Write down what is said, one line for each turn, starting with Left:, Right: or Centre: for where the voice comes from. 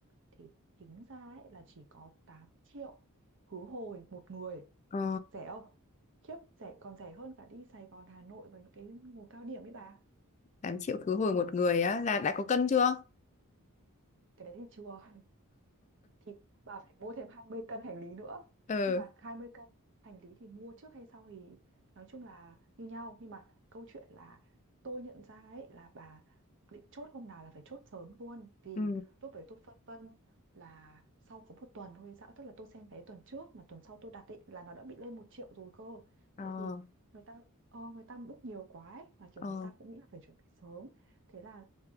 Right: thì tính ra ấy là chỉ có 8 triệu khứ hồi một người.
Left: Ờ,
Right: Rẻ không? Khiếp, rẻ còn rẻ hơn cả đi Sài Gòn, Hà Nội và những cái mùa cao điểm ấy bà.
Left: tám triệu khứ hồi
Right: Mà
Left: một người á là đã có cân chưa?
Right: cái đấy thì chưa. thì bà phải mua thêm 20 cân hành lý nữa
Left: ừ
Right: nhưng mà 20 cân hành lý thì mua trước hay sau thì nói chung là như nhau nhưng mà câu chuyện là tôi nhận ra ấy là bà định chốt hôm nào là phải chốt sớm luôn vì
Left: ừ
Right: lúc đấy tôi phân vân là sau có một tuần thôi hay sao tức là tôi xem vé tuần trước mà tuần sau tôi đặt ấy là nó đã bị lên một triệu rồi cơ
Left: ờ
Right: tại vì người ta ờ, người ta book nhiều quá ấy, mà kiểu
Left: ờ
Right: người ta cũng nghĩ là phải chuẩn bị sớm thế là